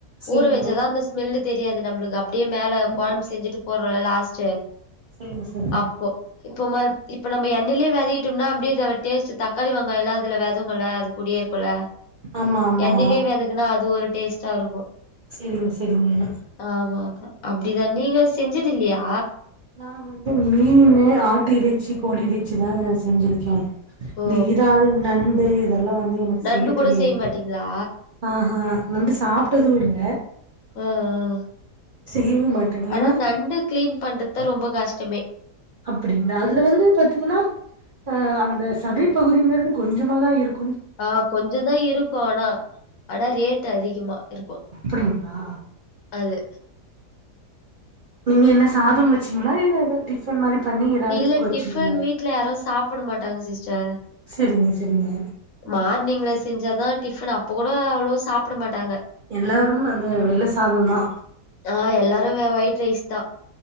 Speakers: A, on the right; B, on the left.
A: சரிங்க
B: ஊற வச்சதான் அந்த ஸ்மெல்லு தெரியாது நம் ஒழங்காப் டியே மேல
A: ஆ
B: குழம்பு செஞ்சட்டு போட்றது லாஸ்ட் ச்ச
A: சரிங்க சரிங்க
B: அப்போ இப்போ மறு இப்ப நம்ப எண்ணெலேயே வே துக்கிட்டோம்னா அப்டியே ஜே டேஸ்ட் தக்காளி வெங்காயலா அதுல வெதங்கும்ல அது கூடியே இருக்கும்ல
A: ஆமா ஆமா
B: எண்ணைலே வெதக்குனா அது ஒரு டேஸ்டா இருக்கும்
A: சரிங்க சரிங்க
B: ஆமா அப்டிதான் நீங்க செஞ்சு இத்தில்லியா
A: நா வந்து மீனு ஆட்டு இறைச்சி கோழி இறைச்சி தா செஞ்சிருக்கேன்
B: ஓ
A: இந்த இறால்லு நண்டு அதுலாவந்து எனக்கு
B: நண்டு
A: செய்ய
B: கூட
A: தெரியாது
B: மாட்டீங்களா
A: ஆ ஹா நண்டு சாப்ட்டதும் இல்ல
B: ம் ம்
A: செய்யவு மாட்டே
B: ஆனா
A: ஏன்னா
B: நண்டு கிளீன் பண்றத் தா ரொம்ப கஷ்டமே
A: அப்டிங்களா அதுல வந்து பாத்தீங்கன்னா அ அந்த சதை பகுதிங்கிறது கொஞ்சமாதா இருக்
B: ஆ கொஞ்சதான் இருக்கும் ஆனா ஆனா ரேட்டு அதிகமா இருக்கும்
A: அப்டிங்களா
B: அது
A: நீங்க என்ன சாதம் வச்சீங்களா இல்ல ஏதா டிஃபன் மாரி பண்ணி இறால்
B: இல்ல
A: தொக்கு வச்சீங்களா
B: டிபன் வீட்ல யாரும் சாப்புட மாட்டாங்க சிஸ்டர்
A: செரிங்க செரிங்க
B: மார்னிங்ல செஞ்சாதான் டிஃபன் அப்போ கூட அவ்ளோ சாப்புட மாட்டாங்க
A: எல்லாரும் அந்த வெள்ள சாதம் தா
B: ஆ எல்லாரும் வே ஒயிட் ரைஸ் தா